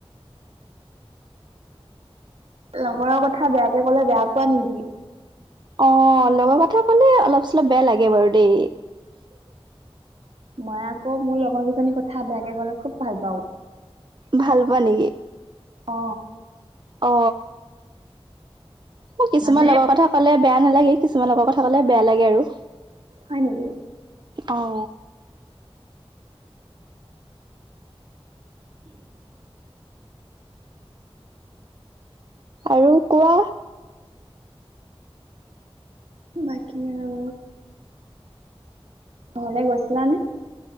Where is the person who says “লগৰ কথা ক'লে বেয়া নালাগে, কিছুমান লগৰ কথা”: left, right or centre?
Right